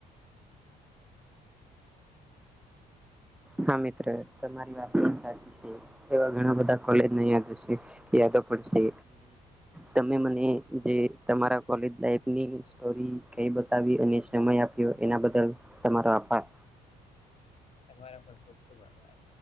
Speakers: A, in the centre; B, on the left (about 35°).
A: હા મિત્ર તમારી વાત પણ સાચી છે, એવા ઘણા બધા કોલેજ યાદ, યાદો મ જે તમા લની સ બતાવી, અને સમય આપ્યો એના બદલ તમારો આભાર
B: તમારો પર ખુબ, ખુબ આભાર